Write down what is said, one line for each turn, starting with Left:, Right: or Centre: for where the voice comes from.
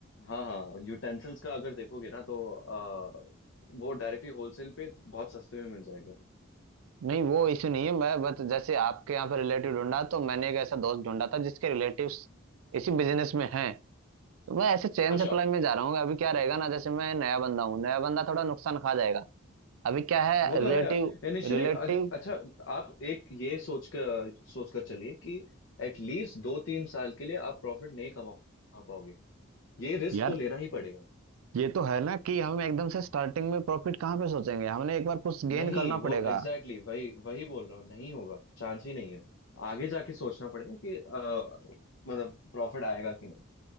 Left: हाँ हाँ यूटेंसिल्स का अगर देखोगे ना तो अ, वो डायरेक्टली होलसेल पे बहुत सस्ते में मिल जाएगा
Right: नहीं वो इशू नहीं है मैं बस जैसे आपके यहाँ पे रिलेटिव ढूंढा तो मैंने एक ऐसा दोस्त ढूंढा था जिसके रिलेटिव्स इसी बिजनेस में हैं तो मैं ऐसे चैन
Left: अच्छा
Right: सप्लाई में जा रहा हूँ अभी क्या रहेगा ना जैसे मैं नया बंदा हूँ नया बंदा थोड़ा नुकसान खा जाएगा अभी क्या है
Left: वो तो
Right: रिलेटिव
Left: है इनिशियली
Right: रिलेटिव
Left: अच्छा आप एक ये सोच कर सोच कर चलिए कि एटलीस्ट दो तीन साल के लिए आप प्रॉफिट नहीं कमा पाओगे ये रिस्क
Right: यार
Left: तो लेना ही पड़ेगा
Right: ये तो है ना कि हम एकदम से स्टार्टिंग में प्रॉफिट कहाँ पे सोचेंगे हमने एक बार कुछ गेन
Left: नहीं
Right: करना
Left: वो
Right: पड़ेगा
Left: एग्जैक्टली exactly, वही वही बोल रहा हूँ नहीं होगा चांस ही नहीं है आगे जाके सोचना पड़ेगा कि अ, मतलब प्रॉफिट आएगा कि नहीं